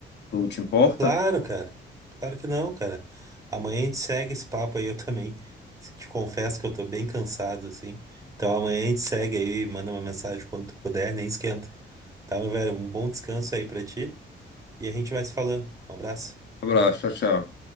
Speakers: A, on the left (about 65°); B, on the right (about 15°).
A: Tu te importa?
B: Claro, cara. Claro que não, cara. Amanhã a gente segue esse papo aí, eu também. Te confesso que eu tô bem cansado, assim. Então amanhã a gente segue aí, manda uma mensagem quando tu puder, nem esquenta. Tá, meu velho? Um bom descanso aí pra ti e a gente vai se falando. Um abraço.
A: Abraço, tchau, tchau.